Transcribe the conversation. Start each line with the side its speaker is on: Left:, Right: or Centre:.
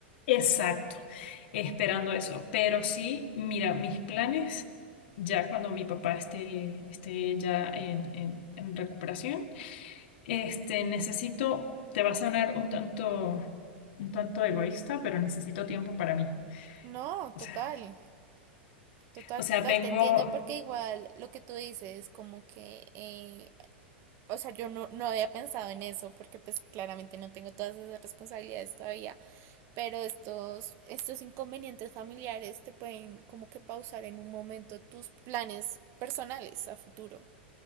Left: Exacto, esperando eso. Pero sí, mira, mis planes, ya cuando mi papá esté, esté ya en, en- en recuperación, este, necesito, te va a sonar un tanto, un tanto egoísta, pero necesito tiempo para mí.
Right: No,
Left: O
Right: total,
Left: sea,
Right: total,
Left: o sea,
Right: total,
Left: vengo,
Right: te entiendo Porque igual lo que tú dices, como que, eh, o sea, yo no, no había pensado en eso, porque pues claramente no tengo todas esas responsabilidades todavía, pero estos, estos inconvenientes familiares te pueden como que pausar en un momento tus planes personales a futuro.